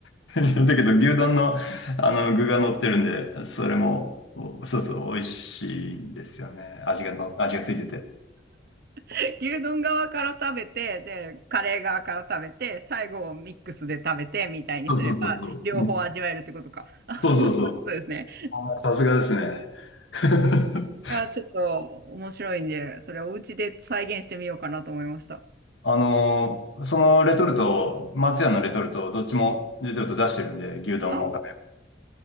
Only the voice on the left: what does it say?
<laughs> だけど牛丼のあの、具が乗ってるんで、それも、おそうそう、美味しいんですよね。味がの、味がついてて。
そうそうそうそう。
ね
そうそう
あーさすがですね。<laughs>
あのーそのレトルト、松屋のレトルト、どっちもレトルト出してるんで、牛丼もカレ